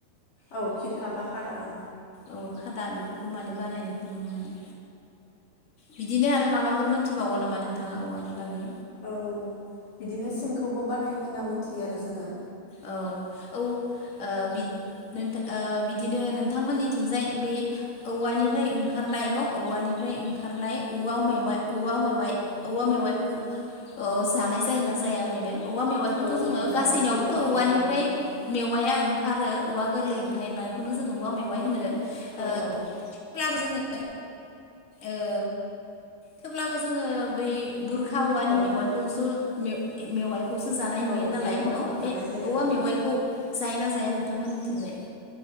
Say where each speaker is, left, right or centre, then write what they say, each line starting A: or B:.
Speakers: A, on the left (about 55°); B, on the left (about 30°).
A: औ खिरखाबा खादा औ।
B: औ खादा बेफोरखौ माने बानायनायखौ नुनो मोनो। बिदिनो आरो माबाफोर मोनथिबावगौ नामा नोंथाङा औवानि बागै।
A: औ बिदिनो सिंखौबो बानायो होनना मोनथियो आरो जोङो।
B: औ औ ओ बि नोंथा बिदिनो नोंथांमोननिथिंजाय बे औवानिफ्राय ओंखारनाय न' औवानि फ्राय ओंखारनाय औवा मेमाय- औवा मेवाइ- औवा मेवायखौ औ जानाय जाय ना जाया ओरैनो? औवा मेवाइखौथ'
A: औ
B: जोङो
A: जानाय
B: गासैनियावबो
A: जायो
B: औवानिफ्राय
A: औवा मेवाइखौहाय
B: मेवाया ओंखारो औवा गोरलै ओंखारनायखौनो जोङो औवा मेवाइ होनो। ओ
A: औ औ
B: थेब्लाबो जोङो ओ थेवब्लाबो जोङो बै बुरखा औवानि
A: औ
B: मेवाइखौसो मे - मेवाइखौ खौसो जानाय नुयो
A: औ
B: नालाय
A: बे औवाखौ
B: न'
A: जानाय
B: बे
A: जायो
B: औवा
A: आरो
B: मेवाइखौ जाय ना जाया नोंथांमोनिथिंजाय?